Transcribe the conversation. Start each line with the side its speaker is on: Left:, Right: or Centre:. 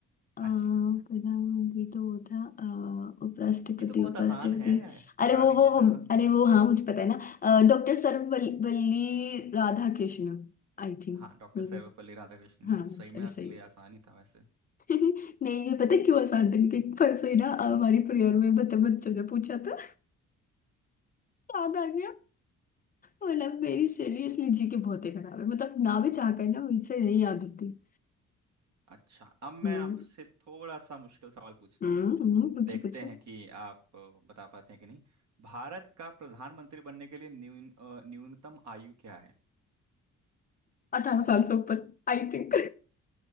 Left: अ,
Right: हाँ
Left: प्रधानमंत्री
Right: जी
Left: तो वो था अ, उपराष्ट्रपति
Right: ये तो बहुत
Left: उपराष्ट्रपति
Right: आसान है
Left: अरे
Right: बता
Left: वो
Right: दीजिए
Left: वो
Right: ना
Left: वो अरे वो हाँ मुझे पता है ना doctor Sarvepalli Radhakrishnan I think
Right: हाँ डॉक्टर
Left: मे
Right: सर्वपल्ली
Left: बी
Right: राधाकृष्णन
Left: हाँ
Right: ये तो सही में
Left: चलो
Right: आपके
Left: सही
Right: लिए
Left: है।
Right: आसान ही था वैसे
Left: <laughs> नहीं ये पता है क्यों आसान था क्योंकि परसों ही ना अ, हमारी प्रेयर में बत- बच्चों ने पूछा था याद आ गया मतलब मेरी सीरियसली जी के बहुत ही खराब है मतलब ना भी चाह कर ना मुझसे नहीं याद होती
Right: अच्छा अब मैं
Left: हम्म
Right: आपसे थोड़ा सा मुश्किल सवाल पूछता
Left: हम्म
Right: हूँ
Left: हम्म, पूछो
Right: देखते
Left: पूछो
Right: हैं कि आप अ, बता पाते हैं कि नहीं भारत का प्रधानमंत्री बनने के लिए न्यून अ, न्यूनतम आयु क्या है
Left: अठारह साल से ऊपर I think